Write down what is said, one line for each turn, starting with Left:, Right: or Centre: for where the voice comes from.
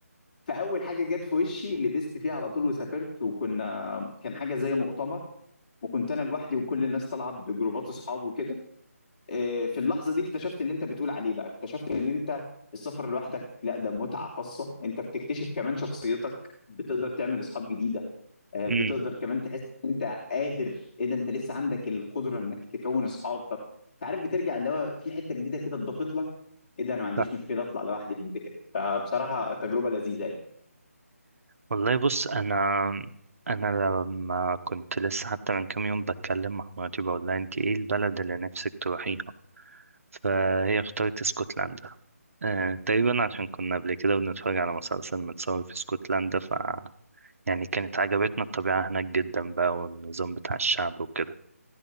Left: فاول حاجه جت في وشي لبست فيها على طول وسافرت وكنا كان حاجه زي مؤتمر وكنت انا لوحدي وكل الناس طلعت بجروبات اصحاب وكده آه، في اللحظه دي اكتشفت اللي انت بتقول عليه بقى اكتشفت ان انت السفر لوحدك لا ده متعه خاصه انت بتكتشف كمان شخصيتك بتقدر تعمل اصحاب جديده آه،
Right: م.
Left: بتقدر كمان تحس ان انت قادر ايه ده انت لسه عندك القدره انك تكون اصحاب ف- فعارف بترجع اللي هو في حته جديده كده اتضافت لك ايه ده انا ما عنديش
Right: صح
Left: مشكله اطلع لوحدي بعد كده فبصراحه تجربه لذيذه يعني
Right: والله بص انا انا لما كنت لسه حتى من كام يوم بتكلم مع مراتي بقول لها انت ايه البلد اللي نفسك تروحيها فهي اختارت اسكتلندا آه، تقريبا عشان كنا قبل كده بنتفرج على مسلسل متصور في اسكتلندا ف يعني كانت عجبتنا الطبيعة هناك جدا بقى والنظام بتاع الشعب وكده